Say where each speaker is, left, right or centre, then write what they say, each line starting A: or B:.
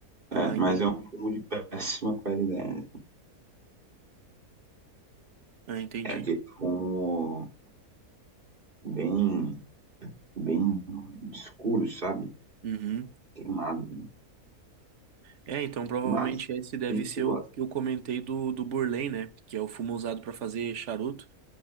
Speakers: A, on the right (about 55°); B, on the right (about 35°).
A: Ah,
B: É, mas
A: entendi.
B: é um fumo de péssima qualidade.
A: Ah, entendi.
B: É aquele fumo bem, bem escuro, sabe?
A: Uhum.
B: Queimado. né?
A: É, então provavelmente
B: Mas
A: esse deve
B: tem gente
A: ser
B: que gosta.
A: o que eu comentei do, do Burley, né? Que é o fumo usado para fazer charuto,